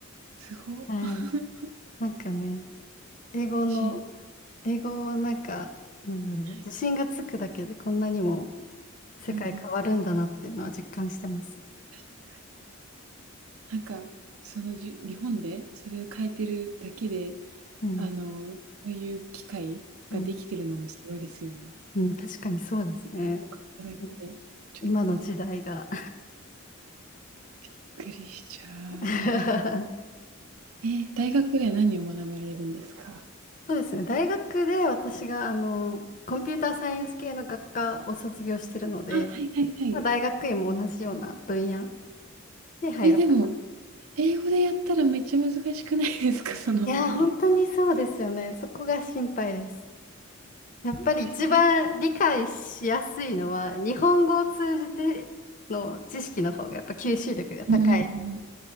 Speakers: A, on the right; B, on the left.
A: すご。
B: はい。
A: <laughs>
B: なんかね、英語の、
A: し
B: 英語をなんか、なんだろう、
A: はい。
B: 自信がつくだけでこんなにも世界変わるんだなっていうのは実感してます。
A: うんうん。確かに。なんか、その、じ日本でそれを変えてるだけで、
B: うん。
A: あの、そういう機会ができてるのもすごいですよね。
B: うんうん、確かにそうですね。
A: 生活を変えただけで、
B: うん
A: ちょっと
B: 今の時代が
A: びっくりしちゃう。
B: <laughs>
A: えー、大学では何を学ばれるんですか
B: そうですね。大学で私が、あの、コンピューターサイエンス系の学科を卒業してるので、
A: あ、はいはいはい。
B: まあ、大学院も同じような分野で入ろうかな。
A: え、でも、英語でやったらめっちゃ難しくないですか <laughs> その分野。
B: いやー、本当にそうですよね。そこが心配です。やっぱり一番理解しやすいのは、
A: 絶対。
B: 日本語を通じての知識の方がやっぱ吸収力が高い
A: うんうんうん。